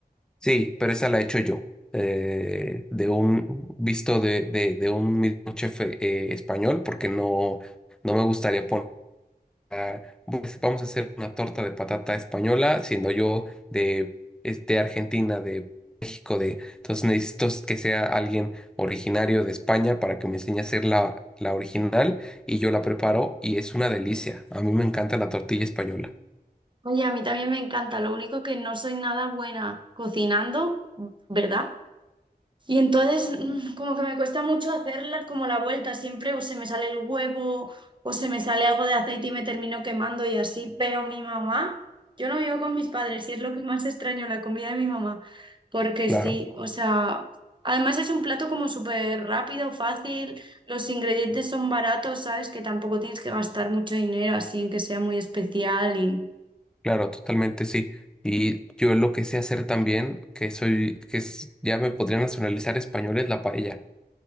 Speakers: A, in the centre; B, on the right.
A: Sí, pero esa la he hecho yo, eh, de un visto de, de, de un mismo chef eh, español, porque no, no me gustaría poner, a- pues, vamos a hacer una torta de patata española, siendo yo de, es de Argentina, de México, de, entonces necesito que sea alguien originario de España para que me enseñe a hacer la, la original y yo la preparo y es una delicia. A mí me encanta la tortilla española.
B: Oye, a mí también me encanta, lo único que no soy nada buena cocinando, ¿verdad? Y entonces mm, como que me cuesta mucho hacerla como la vuelta, siempre o se me sale el huevo o se me sale algo de aceite y me termino quemando y así, pero mi mamá, yo no vivo con mis padres y es lo que más extraño, la comida de mi mamá, porque
A: Claro.
B: sí, o sea, además es un plato como súper rápido, fácil, los ingredientes son baratos, ¿sabes? Que tampoco tienes que gastar mucho dinero así en que sea muy especial y...
A: Claro, totalmente sí. Y yo lo que sé hacer también, que soy, que es- ya me podría nacionalizar español, es la paella.